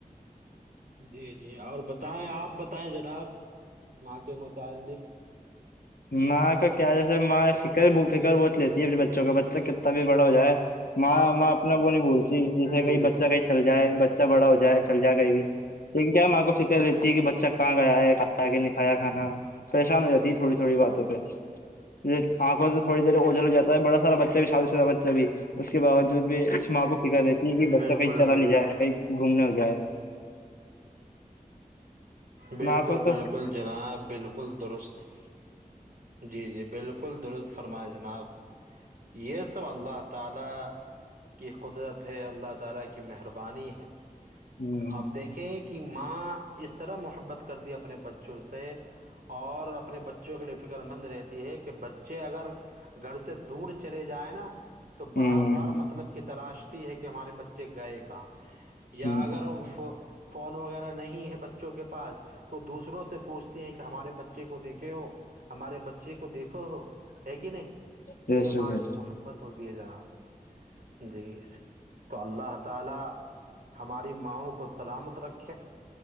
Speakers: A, on the right; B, on the left.
A: جی جی اور بتائیں آپ بتائیں جناب ماں کے متعلق
B: ماں کا کیا جیسے م فکر ہی فکر بوت لی اپنے بچوں کا بچہ کتنا بھی بڑا ہو جائے ماں ماں اپنا کو نہیں بھولتی جیسے
A: بال
B: کہئی بچہ کہ چل جائے بچہ بڑا ہو جائے چل جائے کہیں بھی لیکن کیا ماں کو فکر رہتی ہے کہ بچہ کہاں گیا ہے کھایا کہ نہیں کایا کھانا پریشان ہو جاتی ہے تھوڑی تھوڑی باتوں پہ ج آنکھوں سے تھڑی دیر اوجل ہو جا ہےڑا سا بچہ بھی شادی سادہ بچہ بھی اس کے باوجود بھی اس ماں کو فکر رہتی ہے کہ بچہ
A: بالکل
B: کہیں چلا
A: بالکل
B: نہیں جائے کہیں گھومنے ہو جائے
A: بالکل
B: ماں کو تو
A: بالکل جناب بالکل درست جی جی بالکل درست فرمایا جناب یس سب اللہ تعالی کی قدرت ہے اللہ تعالی کی محرب بانی ہے
B: ہ
A: اب دیکھیں کہ ماں اس طرح محبت کرتی ہے اپنے بچوں سے اور اپنے بچوں کے لیے فکر مند رہتی ہے کہ بچے اگر گھر سے دور چلے جائیں نا تو
B: ہوں
A: بار بار مطلب کہ تلاشتی ہے کہ ہمارے بچے گئے کہاں یا
B: ہ ہ
A: اگر فون وغیرہ نہیں ہے بچوں کے پاس وہ دوسروں سے پوچھتے ہیں کہ ہمارے بچے کو دیکھے ہو ہمارے بچے کو دیکھو ہو ہے کہ نہیں
B: بس
A: یہ
B: بس بس
A: ماں کی محبت ہوتی ہے جناب جی تو اللہ تعالی ہماری ماؤں کو سلامت رکھے